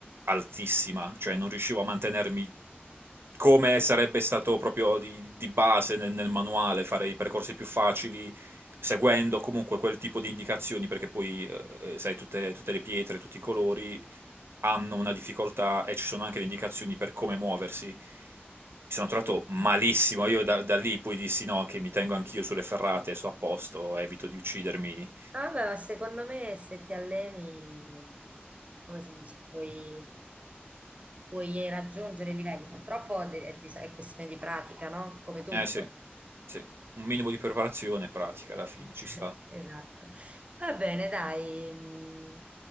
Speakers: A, on the right; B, on the right.
A: altissima, cioè non riuscivo a mantenermi come sarebbe stato proprio di, di base nel, nel manuale, fare i percorsi più facili seguendo comunque quel tipo di indicazioni, perché poi, eh, eh, sai, tutte, tutte le pietre, tutti i colori hanno una difficoltà e ci sono anche le indicazioni per come muoversi. Mi sono trovato malissimo,
B: Mhm.
A: io da, da lì poi dissi no, che mi tengo anch'io sulle ferrate, sto a posto, evito di uccidermi.
B: Ah, beh, ma secondo me se ti alleni, come si dice, puoi, puoi raggiungere i livelli. Purtroppo de- è, bis- è questione di pratica, no? Come tutto.
A: Eh sì, sì, un minimo di preparazione pratica alla fine, ci
B: <laughs>
A: sta.
B: Esatto. Va bene, dai. mm,